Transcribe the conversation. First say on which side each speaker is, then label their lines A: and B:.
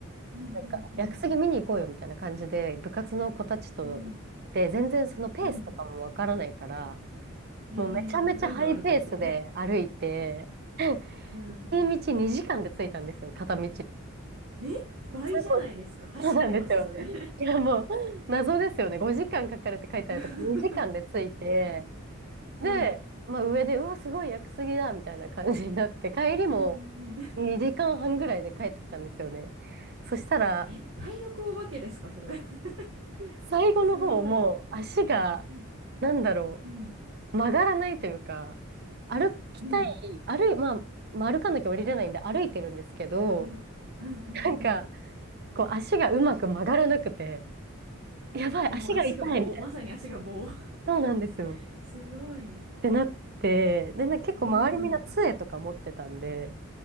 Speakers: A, on the right; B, on the right.
A: うんうんうん
B: なんか屋久杉見に行こうよみたいな感じで部活の子たちと行って、
A: うん
B: 全然そのペースとかもわからないから、
A: うんうんガンガン歩くみたいな。
B: もうめちゃめちゃハイペースで歩いて、<laughs>
A: うん。
B: 片道2時間で着いたんですよ、片道。
A: え倍じゃないですか。
B: そう
A: 走ってます、
B: そうなんですよ。
A: それ。
B: いや、もう、謎ですよね。5時間かかるって書いてあるとこ、
A: <laughs>
B: 2時間で着いて、で、
A: うん。
B: まあ上で、うわ、すごい屋久杉だ、みたいな感じになって、帰りも
A: うんうんうん。
B: 2時間半ぐらいで帰ってきたんですよね。そしたら、
A: え体力お化けですか、それ。<laughs>
B: 最後の方もう足が、
A: すごい。うん
B: なんだろ
A: うん
B: う、曲がらないというか、歩きたい、
A: うん
B: 歩い、まあ、まあ歩かなきゃ降りれないんで歩いてるんですけど、
A: うんうんうんうん
B: なんか、こう足がうまく曲がらなくて、やばい、
A: え、
B: 足が痛い
A: もう足が棒、まさに足が棒。
B: そうなんですよ。
A: <laughs>
B: っ
A: すごい。
B: てなって、で、な結構周りみんな杖とか持ってたんで、
A: うん。